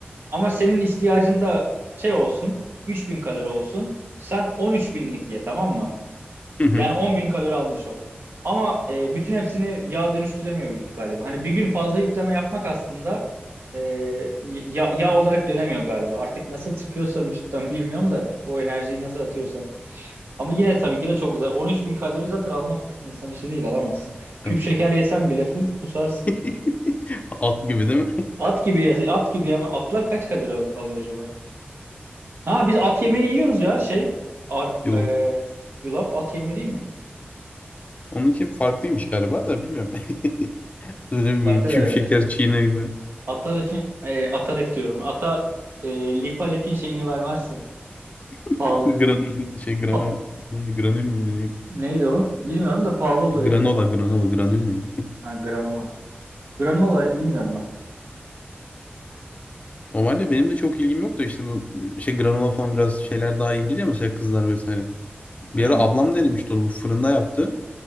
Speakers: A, on the right; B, on the left.
A: Ama senin ihtiyacın da şey olsun 3000 kalori olsun. Sen 13 binlik ye tamam mı?
B: Hı hı.
A: Yani 10 bin kalori almış ol. Ama e, bütün hepsini yağ dönüştüremiyor vücut galiba. Hani bir gün fazla yükleme yapmak aslında e, ya- yağ olarak dönemiyor galiba. Artık nasıl çıkıyorsa vücuttan bilmiyorum da o enerjiyi nasıl atıyorsan. Ama yine tabii ki de çok güzel. 13 bin kalori zaten almak insan işi değil alamazsın.
B: Tabii.
A: Küp şeker yesen bile full kusarsın.
B: <laughs> At gibi değil mi?
A: At gibi ye- at gibi yeme. Atlar kaç kalori al- alıyor acaba? Ha biz at yemeği yiyoruz ya şey. Arp,
B: <laughs> Yılan.
A: e, yulaf at yemeği değil mi?
B: Onunki farklıymış galiba da bilmiyorum. <laughs> Öyle
A: Farklı
B: bir küp
A: herhalde.
B: şeker çiğne gibi.
A: Atalef'in e, Atalef diyorum. Ata e, Lipalef'in şeyini vermezsin.
B: <laughs>
A: Pahalı.
B: Granül şey granül.
A: Pa-
B: Neydi granül müydü neydi?
A: Neydi o? Bilmiyorum da pahalı olur
B: E, Granola
A: yani. At-
B: granola granül ne?
A: ha, granola. Granola bilmiyorum ben.
B: Normalde benim de çok ilgim yok da işte bu şey granola falan biraz şeyler daha ilgili ya mesela kızlar vesaire. Bir
A: Hı.
B: ara ablam denemişti onu bu fırında yaptı.